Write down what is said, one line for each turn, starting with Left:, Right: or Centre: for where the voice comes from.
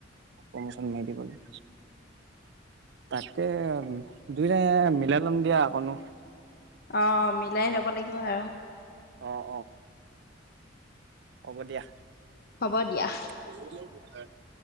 Right: প্ৰমোচন মাৰি দিবলে। তাকে দুইটাই মিলাই ল'ম দিয়া অকনো
Left: অ' মিলাই ল'ব লাগিব আৰু।
Right: অ অ হ'ব দিয়া।
Left: হ'ব দিয়া।
Right: <unintelligible>